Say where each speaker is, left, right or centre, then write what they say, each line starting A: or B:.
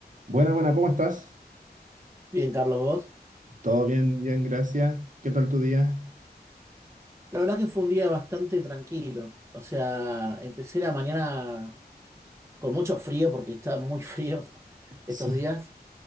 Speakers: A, on the right (about 50°); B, on the right (about 15°).
A: Buena, buena, ¿cómo estás?
B: Bien, Carlos, vos.
A: Todo bien, bien, gracias. ¿Qué tal tu día?
B: La verdad que fue un día bastante tranquilo. O sea, empecé la mañana con mucho frío porque está muy frío <laughs> estos
A: Sí,
B: días,